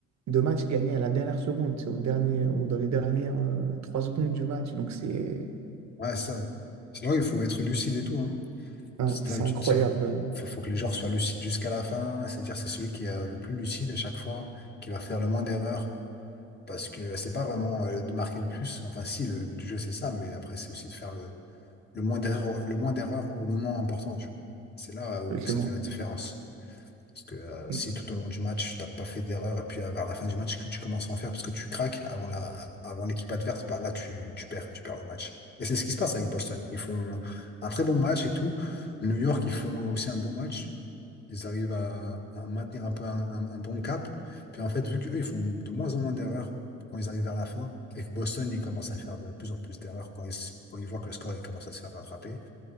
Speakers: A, on the right; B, on the left.
A: de matchs gagnés à la dernière seconde, c'est au dernier euh, ou dans les dernières euh, trois secondes du match. Donc c'est
B: ouais, ça, c'est là où il faut être lucide et tout. hein.
A: ouais,
B: C'est
A: c'est
B: là où tu
A: incroyable,
B: te dis,
A: euh,
B: faut, faut que les joueurs soient lucides jusqu'à la fin. C'est-à-dire, c'est celui qui est euh, le plus lucide à chaque fois, qui va faire le moins d'erreurs, parce que c'est pas vraiment euh, de marquer le plus. Enfin, si, le but du jeu c'est ça, mais après c'est aussi de faire le le moins d'erreurs, le moins d'erreurs au moment important. tu vois. C'est là euh, où
A: le climat.
B: ça fait la différence. Parce que euh,
A: Mm.
B: si tout au long du match, tu n'as pas fait d'erreur, et puis euh, vers la fin du match, que tu commences à en faire parce que tu craques avant la, avant l'équipe adverse, bah, là, tu, tu perds, tu perds le match. Et c'est ce qui se passe avec Boston. Ils font un très bon match et tout. New York, ils font aussi un bon match. Ils arrivent à, à maintenir un peu un, un- un bon cap. Puis en fait, vu qu'eux, ils font de moins en moins d'erreurs quand ils arrivent vers la fin, et que Boston, ils commencent à faire de plus en plus d'erreurs quand ils, quand ils voient que le score, il commence à se faire rattraper.